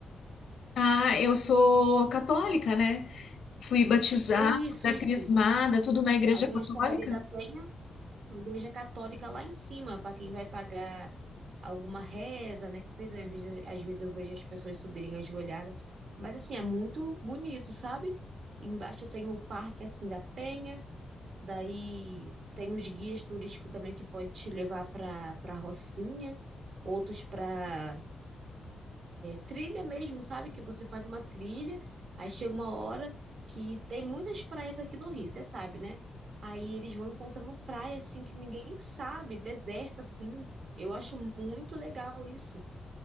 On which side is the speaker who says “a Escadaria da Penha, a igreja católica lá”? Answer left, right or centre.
Right